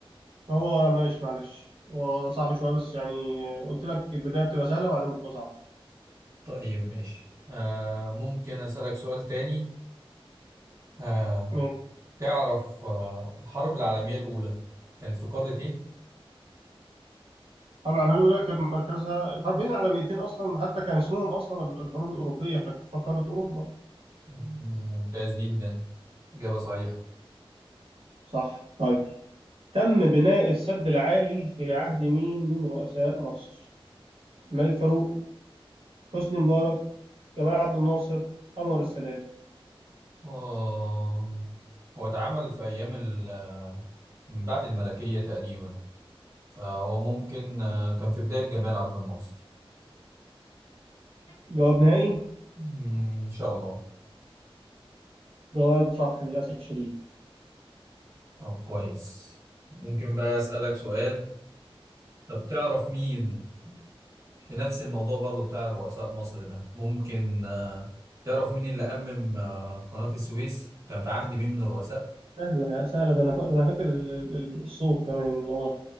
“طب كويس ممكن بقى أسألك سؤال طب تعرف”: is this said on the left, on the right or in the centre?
Right